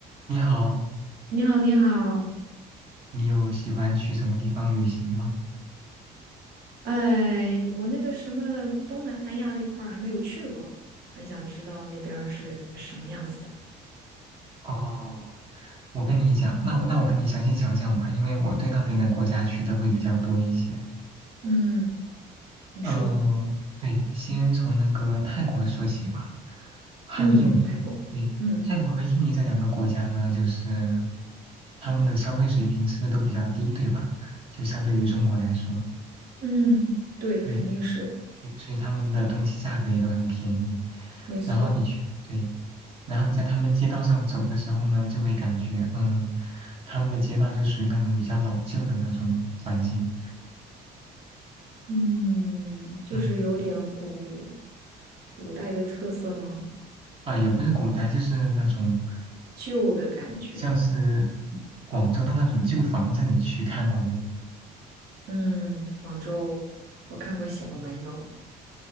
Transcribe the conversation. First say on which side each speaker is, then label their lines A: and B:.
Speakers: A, on the right; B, on the right.
A: 你好，
B: 你好，你好，
A: 你有喜欢去什么地方旅行吗？
B: 哎，我那个什么东南亚那块儿还没有去过，很想知道那边儿是什么样子的。
A: 哦，我跟你讲，那我那我跟你详细讲讲吧，因为我对那边的国家去的会比较多一些。
B: 嗯，你说，
A: 嗯、对，先从那个泰国说起吧，还有印尼。
B: 嗯，泰国，
A: 对，
B: 嗯
A: 泰国和印尼这两个国家呢，就是他们的消费水平是不是都比较低，对吧？就相对于中国来说，
B: 嗯，对，
A: 对
B: 肯定是，
A: 对，所以他们的东西价格也都很便宜。
B: 没错，
A: 然后你去，对。然后你在他们街道上走的时候呢，就会感觉，嗯，他们的街道就属于那种比较老旧的那种环境，
B: 嗯，就是有点古
A: 嗯，
B: 古代的特色吗？
A: 啊、也不是古代，就是那种
B: 旧的感觉。
A: 像是广州的那种旧房子，你去看过没？
B: 嗯，广州，我看过小蛮腰，